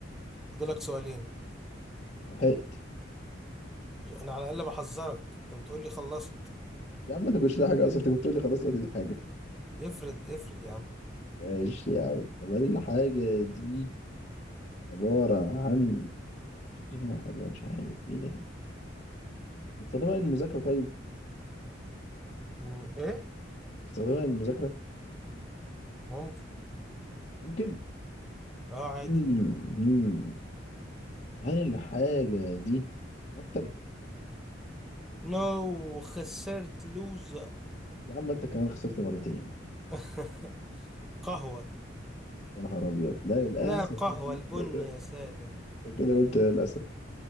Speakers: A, in the centre; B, on the left.
A: فاضلك سؤالين
B: لحقت
A: انا على الاقل بحذرك انت بتقول لي خلصت
B: يا عم ما تاكلش لا حاجة أصلا أنت كنت بتقول لي خلاص قول لي الحاجة
A: افرض افرض يا عم
B: ماشي يا عم طب هل الحاجة دي عبارة عن اشتري منها حاجة مش عارف ايه ده بنستخدمها للمذاكرة طيب
A: مم، ايه
B: بنستخدمها للمذاكرة
A: ممكن
B: ممكن
A: اه عادي
B: امم هل الحاجة دي مكتب؟
A: نو خسرت لوز
B: يا عم أنت كمان خسرت مرتين
A: <laughs> قهوة
B: يا نهار أبيض لا للأسف
A: نار القهوة
B: عشان
A: البن
B: كده
A: يا سادة
B: عشان كده قلت للأسف